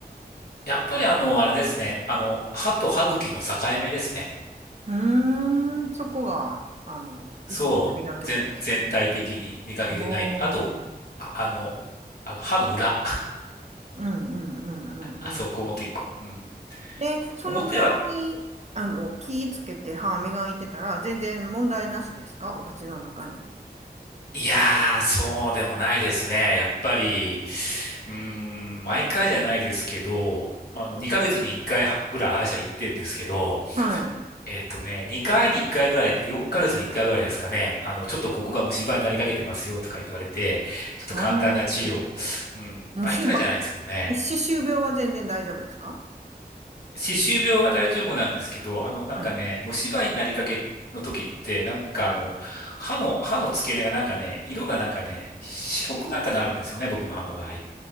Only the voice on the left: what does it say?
やっぱりあの、あれですね。あの、歯と歯茎の境目ですね。
そう、全、全体的に見かけてない。
あと、あ、あの、あの歯の裏。<laughs>
あそこも結構。うん。
表は、
いやー、そうでもないですね。やっぱり、うーん、毎回じゃないですけど、あの、2ヶ月に1回はぐらい歯医者行ってんですけど、
えっとね、2回に1回ぐらいで、4ヶ月に1回ぐらいですかね、あの、ちょっとここが虫歯になりかけてますよとか言われて、ちょっと簡単な治療。
うん、
毎回じゃないですけどね。
歯周病は大丈夫なんですけど、あの、なんかね、
虫歯になりかけの時って、なんかあの、歯の、歯の付け根がなんかね、色がなんかね、白くなんかなるんですよね、僕の歯の場合。